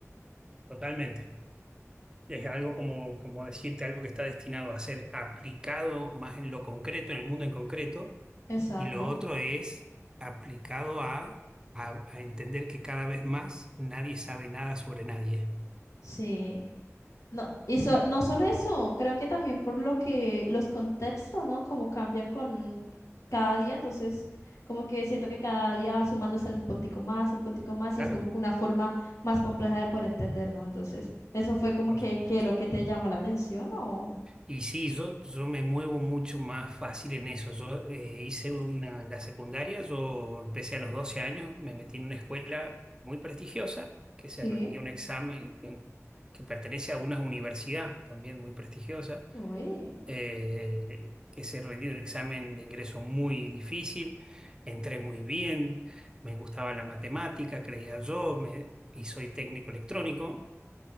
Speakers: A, on the right; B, on the left.
A: totalmente. Es algo como, como decirte algo que está destinado a ser aplicado más en lo concreto, en el mundo en concreto,
B: Exacto.
A: y lo otro es aplicado a, a a entender que cada vez más nadie sabe nada sobre nadie.
B: Sí. No, y so- no solo eso, creo que también por lo que los contextos, ¿no? Como cambian con cada día, entonces como que siento que cada día va sumándose un puntico más, un puntico más,
A: Claro.
B: y es como que una forma más compleja de poder entender, ¿no? Entonces, eso fue como
A: Por
B: que,
A: supuesto.
B: que lo que te llamó la atención, ¿o?
A: Y sí, yo, yo me muevo mucho más fácil en eso. Yo eh, hice una, la secundaria, yo empecé a los 12 años, me metí en una escuela muy prestigiosa, que
B: Sí,
A: se rendía un examen en- que pertenece a una universidad también muy prestigiosa,
B: uy,
A: eh, que se rendía un examen de ingreso muy difícil, entré muy bien, me gustaba la matemática, creía yo, me- y soy técnico electrónico.